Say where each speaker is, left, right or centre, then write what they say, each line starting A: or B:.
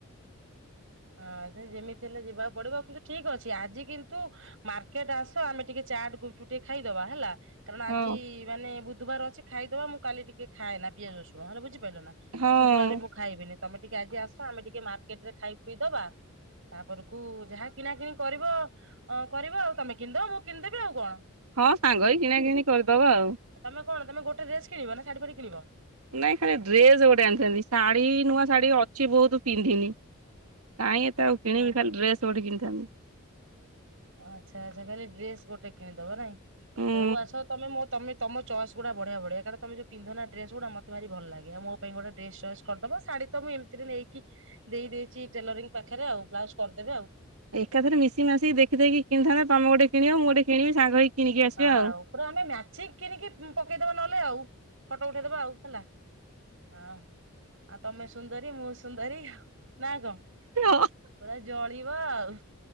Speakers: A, on the right; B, on the right.
A: ହଁ ଯେମିତି ହେଲେ ଯିବାକୁ ପଡିବ କିନ୍ତୁ ଠିକ ଅଛି ଆଜି କିନ୍ତୁ ମାର୍କେଟ ଆସ ଆମେ ଟିକେ ଚାଟ ଗୁପୁତୁପ ଟେ ଖାଇଦବା ହେଲା। କାରଣ
B: ହଁ
A: ଆଜି ମାନେ ବୁଧବାର ଅଛି ଖାଇଦବା ମୁଁ କାଲି ଟିକେ ଖାଏ ନା ପିଆଜ ରସୁଣ ହେଲେ ବୁଝିପାରିଲ ନା।
B: ହଁ
A: ଶୁକ୍ରବରେ ମୁଁ ଖାଇବିନି ତମେ ଟିକେ ଆଜି ଆସ ଆମେ ଟିକେ ମାର୍କେଟ ରେ ଖାଇ ଖୁଇ ଦବା। ତାପରକୁ ଯାହା କିଣା କିିଣି କରିବ କରିବ ଆଉ ତମେ କିଣିଦବ ମୁଁ କିଣିଦେବି ଆଉ କଣ।
B: ହଁ ସାଙ୍ଗ ହେଇ କିଣା କିିଣି କରିଦବା ଆଉ।
A: ତେ କଣ ତମେ ଗୋଟେଡ୍ରେସ କିଣିବ ନା ଶାଢୀ ଫାଡି କିଣିବ?
B: ନାଇଁ ଖାଲି ଡ୍ରେସ ଗୋଟେ ଆଣିଥାନ୍ତି ଶାଢୀ ନୂଆ ଶାଢୀ ଅଛି ବହୁତ ପିନ୍ଧିନି। କାଇଁ ଏତେ ଆଉ କିଣିବି
A: ଓ
B: ଖାଲି ଡ୍ରେସ ଗୋଟେ କିଣିଥାନ୍ତି।
A: ଆଚ୍ଛା ଆଚ୍ଛା ଖାଲି ଡ୍ରେସ୍ ଗୋଟେ କିଣିଦବ ନାଇଁ
B: ହୁଁ
A: ହଉ ଆସ ତମେ ମତେ ତମେ ତମ ଚଏସ୍ ଗୁଡ଼ା ବଢିଆ ବଢ଼ିଆ କାରଣ ତମେ ଯୋଉ ପିନ୍ଧନା ଡ୍ରେସ ଗୁଡା ମତେ ଭାରି ଭଲ ଲାଗ। ଆ ମୋ ପାଇଁ ଗୋଟ ଡେ ଚଏସ୍ କରିଦବ ସାଢୀ ତ ମୁଁ ଏମିତିରେ ନେଇକି ଦେଇ ଦେଇଦେଇଚି ଟେଲରିଂ ପାଖରେ ଆଉ ବ୍ଲାଉଜ କରିଦେବେ ଆଉ।
B: ଏକାଥରେ ମିଶି ମାସିକିଖିକି କିଣିଥାନ୍ତତା ତମ ଗୋଟେ କିଣିବଁ ଗୋଟେ କିଣିବି ସାଙ୍ଗ ହେଇକି କିଣିକି ଆସିବା
A: ହଁ ଆଉ ପୁରା ଆମେ ମଚ କିଣିକି ପକେଇଦବା ନହେଲେ ଆଉ ଫଟୋ ଉଠେଇଦବା ଆଉ ହେଲା। ହଁ ଆଉ ତମେ ସୁନ୍ଦରୀ ମୁଁ ସୁନ୍ଦରୀ ନା କଣ? ପୁରା
B: ହଁ
A: ଜଳିବ ଆଉ।